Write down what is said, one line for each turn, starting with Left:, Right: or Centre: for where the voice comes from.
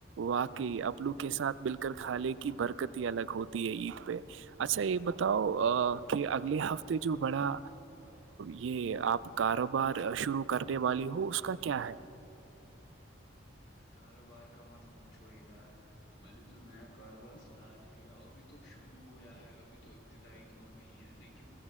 Right: واقعی اپنو کے ساتھ مل کر کھانے کی برکت ہی الگ ہوتی ہے عید پہ اچھا یہ بتاؤ کہ اگلے ہفتے جو بڑا یہ آپ کاروبار شروع کرنے والی ہو اس کا کیا ہے
Left: ارے کاروبار کا مت پوچھو یار میں نے جو نیا کاروبار اسٹٹ کیا ابھی تو شروع ہوا ہے ابھی تو ابتدائی دور میں ہی ہے لیکن